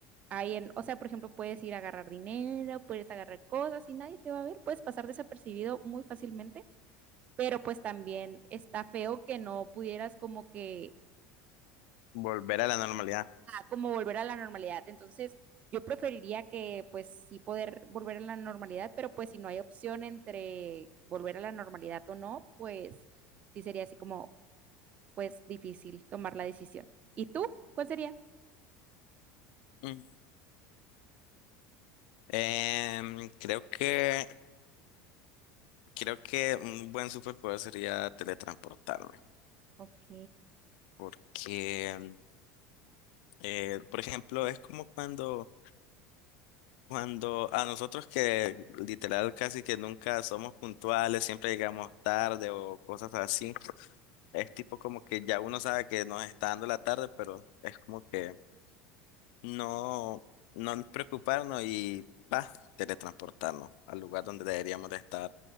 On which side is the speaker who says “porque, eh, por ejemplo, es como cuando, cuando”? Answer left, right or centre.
Left